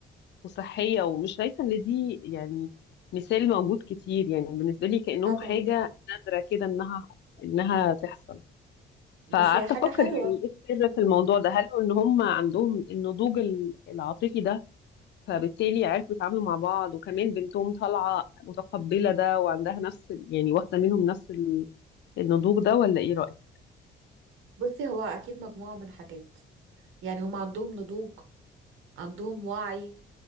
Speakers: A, on the left; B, on the right.
A: وصحية ومش شايفة إن دي يعني مثال موجود كتير يعني بالنسبة لي كأنهم
B: طبعا
A: حاجة نادرة كده إنها إنها تحصل
B: بس
A: فقعدت
B: هي حاجة
A: افكر
B: حلوة
A: يعني ايه السر
B: مم.
A: في الموضوع ده هل هو ان هم عندهم النضوج ال- العاطفي ده فبالتالي عرفوا يتعاملوا مع بعض وكمان بنتهم طالعه متقبله ده وعندها نفس ال- يعني واخده منهم نفس ال- النضوج ده ولا ايه رايك
B: بصي هو أكيد مجموعة من حاجات يعني هم عندهم نضوج عندهم وعي